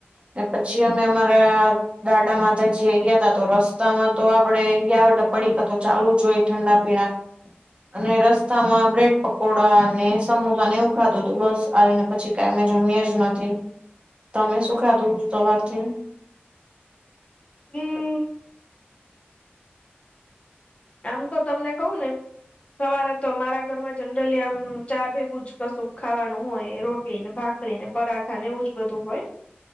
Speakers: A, on the right; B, on the left.
A: ને પછી અમે અમારા ગાડામાં તો જે ગયા તા તો રસ્તામાં તો આપડે ગયા એટલે પડી કા તો ચાલુ જોઈ ઠંડા પીણા. અને રસ્તામાં બ્રેડ પકોડા અને સમોસાને એવું ખાધુ હતું બસ આવીને પછી <unintelligible> જમીએ જ નથી તમે શું ખાધું સવારથી?
B: હમ્મ આમ તો તમને કહું ને સવારે તો મારા ઘરમાં જનરલી આમ ચા ભેગું જ કશું ખાવાનું હોય રોટલી ને ભા ખરીને પરાઠા ને એવું જ બધું હોય